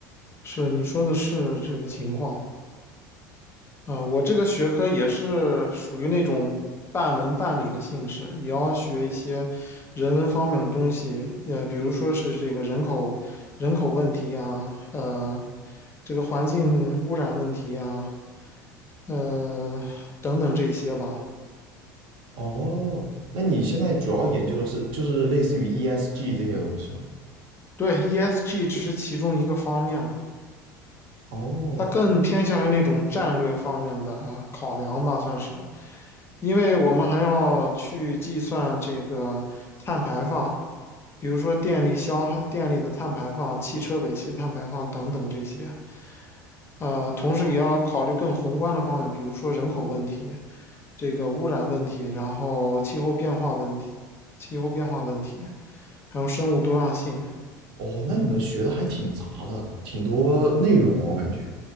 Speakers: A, on the left; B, on the right.
A: 是，你说的是这个情况啊，我这个学科也是属于那种半文半理的性质，也要学一些人文方面的东西，也比如说是这个人口人口问题呀，呃，这个环境污染问题呀，呃，等等这些吧。
B: 哦，那你现在主要研究的是就是类似于 ESG 这些东西吗？
A: 对，ESG 只是其中一个方面了，
B: 哦，
A: 它更偏向于那种战略方面的啊考量吧，算是，因为我们还要去计算这个碳排放，比如说电力消耗、电力的碳排放、汽车尾气碳排放等等这些，呃，同时也要考虑更宏观的方面，比如说人口问题、这个污染问题，然后气候变化问题、气候变化问题，还有生物多样性。
B: 哦，那你们学的还挺杂的，挺多内容哦，我感觉，